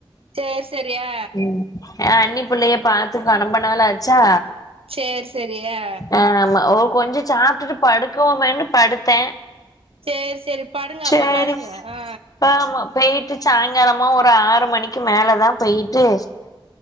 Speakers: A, on the right; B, on the left.
A: சேர் செரியா
B: ம் ஏ அன்னி புள்ளைய பாத்துகோ நொம்போ நாளாச்சா
A: சேரி சேரியா
B: ஆ ம ஒ கொஞ்சொ சாப்ட்டுட்டு படுக்குவோமேண்டு படுத்தே
A: சேர் சொரி படுங்க
B: சேரி
A: அப்ப படுங்க ஆ
B: ஆமா போயிட்டு சாயங்காலமா ஒரு ஆறு மணிக்கு மேலதா போயிட்டு